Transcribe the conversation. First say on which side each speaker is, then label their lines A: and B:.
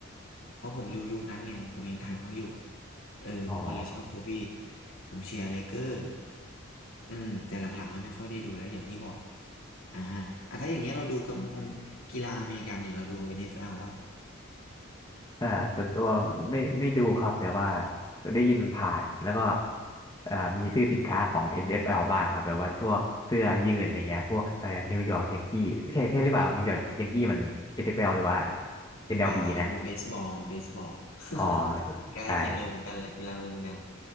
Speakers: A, on the left; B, on the left.
A: เพราะผมอยู่ยุคนั้นไงผมยังทันเขาอยู่เออผมก็เลยชอบโคบี้
B: อ๋อ
A: ผมเชียร์เลเกอร์อืมแต่หลังๆก็ไม่ค่อยได้ดูแล้วอย่างที่บอกอ่าอ่ะถ้าอย่างเงี้ยเราดูกับ กีฬาอเมริกันเนี่ยเราดู NFL ว่า
B: อ่าส่วนตัวไม่ไม่ดูครับแต่ว่าได้ยินมันผ่านแล้วก็อ่ามีซื้อสินค้าของ NFL บ้างครับแบบว่าช่วงเสื้อยืดอย่างเงี้ยพวกอะไรนิวยอร์กยังกี้ใช่ใช่หรือเปล่านิวยอร์กยังกี้มัน NFL หรือว่า NLB
A: มันบาอ่ะมันเบสบอลมันเบสบอล
B: นแอลบีนะ
A: <laughs>
B: อ๋อ
A: ใกล้เคียงเออเหมือนกันแหละกีฬาเหมือนกัน
B: ใช่